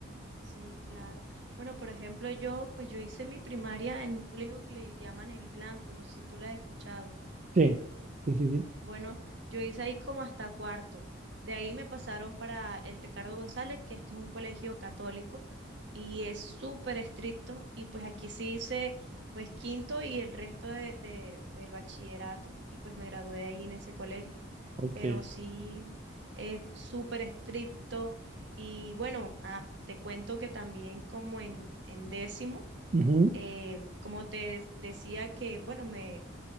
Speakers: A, on the right (about 65°); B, on the right (about 35°).
A: Sí, claro. Bueno, por ejemplo, yo, pues yo hice mi primaria en un colegio que le llaman El Blanco, no sé si tú lo has escuchado.
B: Sí, sí, sí, sí.
A: Bueno, yo hice ahí como hasta cuarto. De ahí me pasaron para el Ricardo González, que este es un colegio católico y es súper estricto. Y pues aquí sí hice pues quinto y el resto de, de- del bachillerato y pues me gradué ahí en ese colegio
B: Ok.
A: pero sí es súper estricto. Y bueno, ah, te cuento que también como en, en décimo,
B: Ujú.
A: eh, como te decía que, bueno, me,